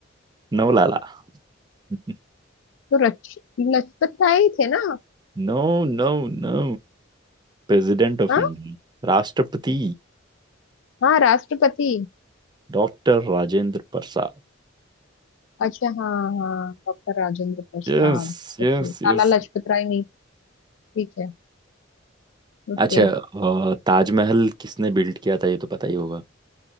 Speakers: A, on the right; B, on the left.
A: No Lala <laughs>
B: तो रच लजपत राय ही थे ना
A: No no no President of
B: हाँ
A: India राष्ट्रपति
B: हाँ राष्ट्रपति
A: Doctor Rajendra Prasad.
B: अच्छा हाँ हाँ डॉक्टर राजेंद्र प्रसाद
A: Yes
B: ओके
A: yes
B: लाला
A: yes
B: लाजपत राय नहीं ठीक है ओके
A: अच्छा अ, ताजमहल किसने बिल्ड किया था ये तो पता ही होगा